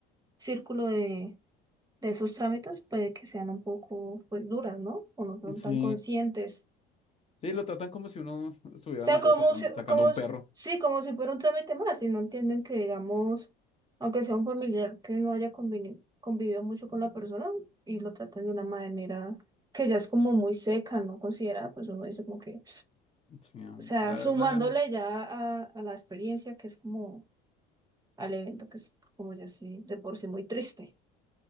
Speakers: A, on the right; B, on the left.
A: círculo de, de esos trámites, puede que sean un poco, pues, duras, ¿no? O no son
B: Sí,
A: tan conscientes
B: sí, lo tratan como si uno estuviera,
A: sea,
B: no sé,
A: como
B: tratando-
A: si,
B: sacando
A: como,
B: un
A: s-
B: perro.
A: sí, como si fuera un trámite más, y no entienden que, digamos, aunque sea un familiar que no haya conveni- convivido mucho con la persona y lo traten de una manera que ya es como muy seca, no considerada, pues uno dice como que,
B: Sí, um,
A: o sea,
B: la
A: sumándole
B: verdad,
A: ya a, a la experiencia que es como al evento, que es como ya sí, de por sí muy triste,